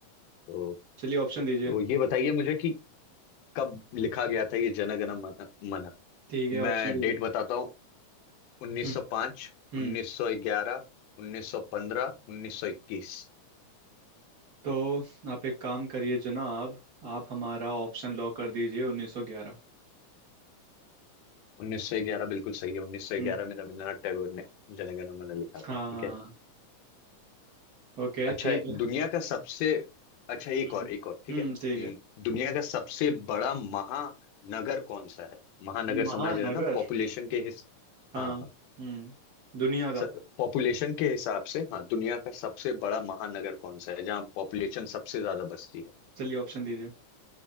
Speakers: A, on the left (about 80°); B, on the right (about 85°).
A: तो,
B: चलिए ऑप्शन दीजिए
A: तो ये बताइए मुझे कि कब लिखा गया था ये जनगण मन
B: ठीक है ऑप्शन
A: मैं
B: दीजिए
A: डेट बताता हूँ 1905
B: हम्म हम्म
A: 1911 1915 1921
B: तो आप एक काम करिए जनाब आप हमारा ऑप्शन लॉक कर दीजिए 1911
A: 1911 बिल्कुल सही है 1911
B: हम्म
A: में रविंद्रनाथ टैगोर ने जनगण मन लिखा
B: हाँ
A: था ठीक है
B: ओके
A: अच्छा
B: ठीक है
A: दुनिया का सबसे अच्छा एक
B: हम्म
A: और एक और ठीक
B: हम्म
A: है हम्म,
B: ठीक है
A: दुनिया का सबसे बड़ा महानगर कौन सा है महानगर समझ
B: महानगर
A: रहे हैं ना पॉपुलेशन के हिस
B: हाँ
A: हाँ
B: हम्म
A: हाँ
B: दुनिया का
A: सर पॉपुलेशन के हिसाब से हाँ दुनिया का सबसे बड़ा महानगर कौन सा है जहाँ पॉपुलेशन सबसे ज्यादा बसती है
B: चलिए ऑप्शन दीजिए